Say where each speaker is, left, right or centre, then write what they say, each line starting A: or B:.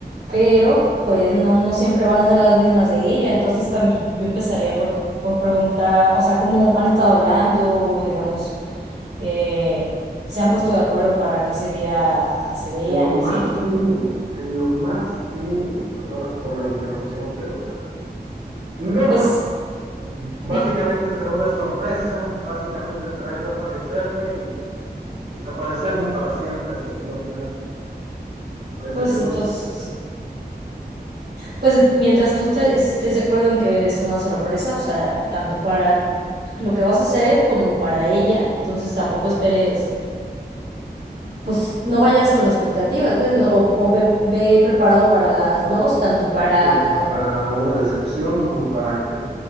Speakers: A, on the right (about 70°); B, on the right (about 85°).
A: Pero pues no, no siempre van a ser las mismas de ella, entonces también yo empezaría por, por preguntar, o sea, cómo han estado hablando, digamos, eh, se han puesto de acuerdo para que ese día se vean
B: En lo más
A: y así.
B: mínimo, en lo más mínimo, perdona por la interrupción, pero no.
A: Pues,
B: Básicamente
A: y-
B: será una sorpresa, básicamente será yo aparecerme y desaparecerme para siempre si así lo quiere. Me parece
A: pues
B: que es
A: entonces,
B: lo que quiere.
A: pues mientras tú te- estés de acuerdo en que es una sorpresa, o sea, tanto para lo que vas a hacer como para ella, entonces tampoco esperes, pues no vayas con expectativas, pues, o, o ve, ve preparado para las dos, tanto para,
B: Sí, para una decepción como para que